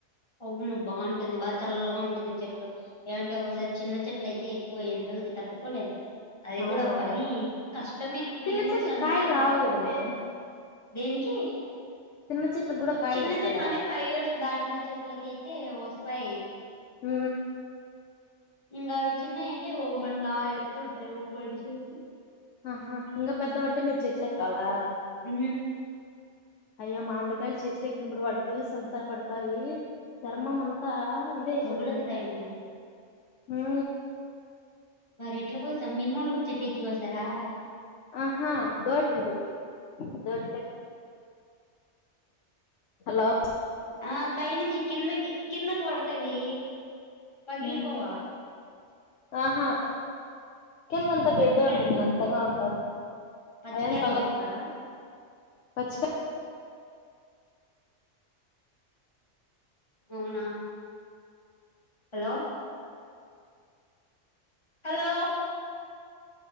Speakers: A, on the left (about 25°); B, on the left (about 80°).
A: అవును బాగుంటుంది బాగా చల్లగా ఉంటుంది చెట్లు ఏలాంటే ఒకసారి చిన్న చెట్లు అయితే ఎక్కువండ ఎండకి తట్టుకోలేం అది
B: అవునవును
A: కూడా పనీ కష్టమే నేను
B: చిన్న
A: కూడా
B: చెట్ల
A: చంపాలి
B: కాయలు
A: వి
B: రావు కదమే
A: దేనికి
B: చిన్న చెట్లకు కూడా కాయలు
A: చిన్న
B: వస్తాయా
A: చెట్లు అంటే ఫైవ్ ఇయర్స్ దాటిన చెట్ల లకైతే వస్తాయి
B: ఊ
A: ఇంకా అవి చిన్న యంటే ఒక మ నా ఎత్తుంటాయి ఒక మనిషి ఎత్తు
B: ఆహా ఇంకా పెద్ద అంటే మీరు చెట్లు ఎక్కాలా
A: ఊ
B: అయ్యా మామిడికాయలు చెట్లు ఎకినప్పుడు వాటి జ్యూస్ అంతా పడుతాది చర్మం అంతా పాల్ ధైపోతుంది
A: బొబ్బలు వస్తాయంట
B: ఊ
A: మరి ఎట్లా కోసాం మిమ్మల్ని కూడా చెట్టు ఎక్కి కోసారా
B: ఆహా దోటి ఉంటది దోటీ హలో
A: ఆ పైనుంచి కిందకి కిందకి పడతవి పగిలిపోవా
B: ఉమ్ ఆహా కింద అంత
A: పచ్చికాయలు
B: గడ్డే ఉంటుంది
A: కోస్తారు
B: మెత్తగా ఉంటది
A: పచ్చికాయలు
B: అ పగలావ్
A: కోస్తారా
B: పచ్చిక
A: అవునా హలో హలో